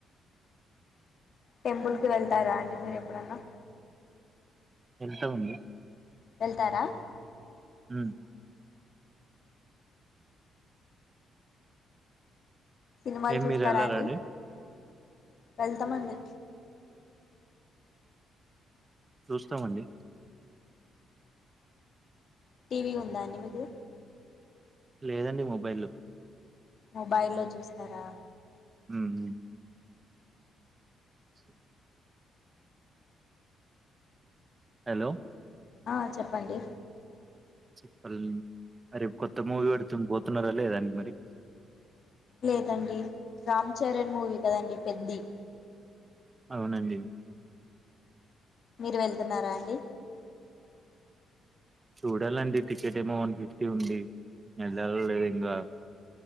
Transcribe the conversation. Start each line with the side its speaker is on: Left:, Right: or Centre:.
Left: టెంపుల్ కి వెళ్తారా అండి, మీరు ఎప్పుడన్నా.
Right: ఎళ్తామండి.
Left: ఎళ్తారా
Right: ఉమ్
Left: సినిమాలు
Right: ఏం
Left: చూస్తారా
Right: మీరు వెళ్ళారండి
Left: అండి, వెళ్తామండి.
Right: చూస్తామండి.
Left: టీవీ ఉందా అండి మీకు.
Right: లేదండి, మొబైలు
Left: మొబైల్లో చూస్తారా.
Right: ఉమ్ హు ఛీ హలో
Left: ఆ చెప్పండి.
Right: చిప్పల్, రేప్ కొత్త మూవీ పడుతున్ పోతున్నారా, లేదా అండి మరి.
Left: లేదండి, రామ్ చరణ్ మూవీ కదండి పెద్ది.
Right: అవునండి
Left: మీరు వెళ్తున్నారా అండి.
Right: చూడాలండి టికెట్ ఏమో వన్ ఫిఫ్టీ ఉంది, వెళ్ళల లేద్ ఇంగ్ల.